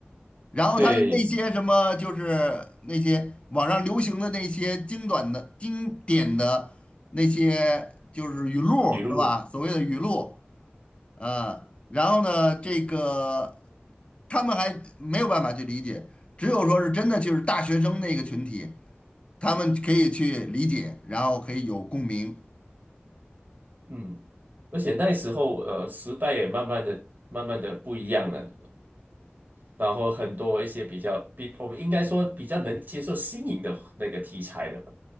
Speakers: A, on the left; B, on the right.
A: 然后他那些什么，
B: 对，
A: 就是那些网上流行的那些精短的、经典的那些，就是语录是吧？
B: 语录，
A: 所谓的语录，呃，然后呢，这个他们还没有办法去理解，只有说是真的就是大学生那个群体，他们可以去理解，然后可以有共鸣。
B: 嗯，而且那时候呃，时代也慢慢的、慢慢的不一样了，然后很多一些比较比我们应该说比较能接受新颖的那个题材了吧，